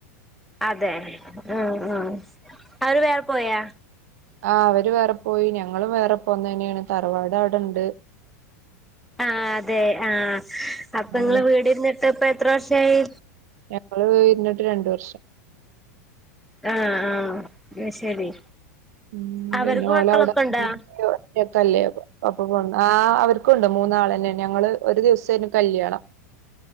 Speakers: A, in the centre; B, on the right (about 70°).
A: അതെ ഉം ഉം അവര് വേറെ പോയാ
B: ആ അവര് വേറെ പോയി ഞങ്ങളും വേറെ പോന്നന്നെയാണ് തറവാട് അവിടെണ്ട്
A: ആ അതെ ആഹ് അപ്പൊ
B: ഞങ്ങളും
A: നിങ്ങള് വീട്രുന്നിട്ട് ഇപ്പ എത്ര വർഷമായി
B: ഞങ്ങള് ഇരുന്നിട്ട് രണ്ട് വർഷം
A: ആഹ് ആഹ് അത് ശരി
B: ഉം
A: അവർക്ക്
B: പിന്നെ ഓല്
A: മക്കളൊക്കെ
B: അവിടെ
A: ഉണ്ടോ
B: ഒറ്റക്കല്ലേ അപ്പ കൊ ആ അവർക്കുണ്ട് മൂന്നാള് തന്നെ ഞങ്ങള് ഒരു ദിവസേന് കല്യാണം